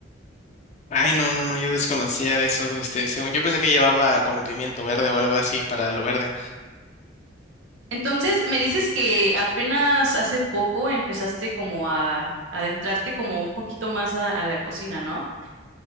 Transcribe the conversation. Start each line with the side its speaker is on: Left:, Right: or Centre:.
Left: Ay, no, no, no, yo desconocía eso, este, según, yo pensé que llevaba como pimiento verde o algo así para lo verde.
Right: Entonces, me dices que apenas hace poco empezaste como a adentrarte como un poquito más a, a la cocina, ¿no?